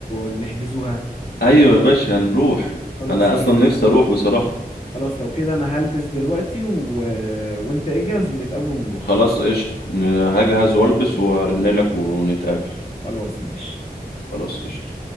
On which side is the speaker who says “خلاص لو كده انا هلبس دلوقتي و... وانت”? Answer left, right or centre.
Left